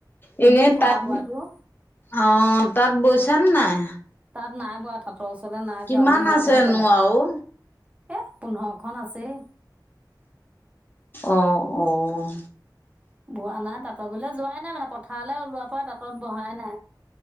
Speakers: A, on the left (about 25°); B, on the right (about 15°).
A: এইকেইদিন
B: কিন্তু খোৱা
A: তাঁত
B: বোৱাটো।
A: অ' তাত বৈছা নে নাই?
B: তাত নাই বোৱা তাঁতৰ ওচৰলৈ নাই
A: কিমান
B: যোৱা আৰু বৰ
A: আছেনো
B: ভাগৰ লাগে।
A: আৰু?
B: এ, পোন্ধৰ খন আছেই।
A: অ অ,
B: বোৱা নাই তাঁত গিললে যোৱাই নাই, মানে পথাৰলৈ ওলোৱাৰ পৰা তাঁত বহাই নাই।